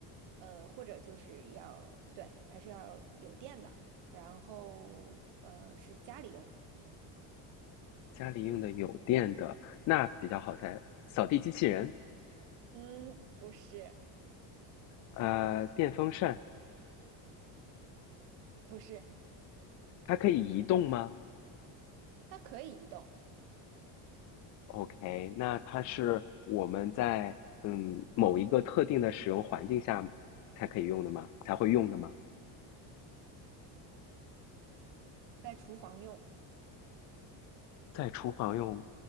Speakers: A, on the right; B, on the left.
A: 呃，或者就是要，对，它是要有电的，然后嗯、呃是家里用的，
B: 家里用的有电的，那比较好猜，扫地机器人。
A: 嗯，不是，
B: 呃，电风扇
A: 不是，
B: 它可以移动吗
A: 它可以移动，
B: ？OK，那它是我们在嗯某一个特定的使用环境下才可以用的吗？
A: 房
B: 才会用的吗？
A: 在厨房用，
B: 在厨房用